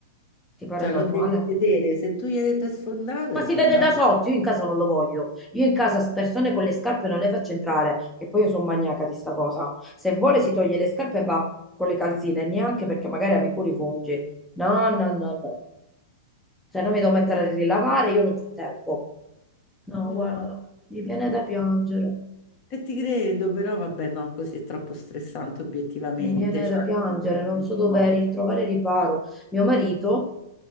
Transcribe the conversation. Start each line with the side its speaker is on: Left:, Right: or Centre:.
Centre: Ti pare
Left: Cioè,
Centre: normale?
Left: lo devi vedere, se tu gli hai detto è sfondato,
Centre: Ma
Left: è
Centre: si
Left: sfondato.
Centre: vede da sotto, io in casa non lo voglio. Io in casa s- persone con le scarpe non le faccio entrare, che poi io sono maniaca di sta cosa. Se vuole si toglie le scarpe e va con le calzine, neanche perché magari avevi pure i funghi. No, no, no, no. Cioè, non mi devo mettere a rilavare, io non ho tempo. No,
Left: Oh
Centre: guarda,
Left: mamma
Centre: mi
Left: mia.
Centre: viene da piangere,
Left: E ti credo, però vabbè, no, così è troppo stressante obiettivamente,
Centre: mi viene
Left: cioè,
Centre: da piangere,
Left: non
Centre: non so
Left: si
Centre: dove
Left: può.
Centre: ritrovare riparo. Mio marito